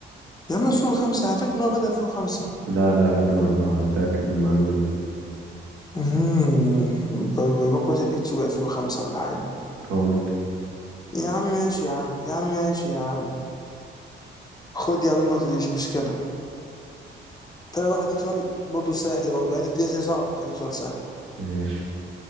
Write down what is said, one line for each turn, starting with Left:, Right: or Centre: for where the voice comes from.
Left: يا عم 2005 انا فاكر ان هو بدأ 2005
Right: لا لا 2004 أنا متأكد من المعلومة دي
Left: امم يبقى مثلا اليوتيوب 2005 ولا حاجه
Right: هو ممكن
Left: يا عم ماشي يا عم يا عم ماشي يا عم خد يا عم النقطه دي مش مشكله طب انا بقى هديك سؤال برضه سهل برضه يعني انت بتديها زي صعب بس هديك سؤال سهل
Right: ماشي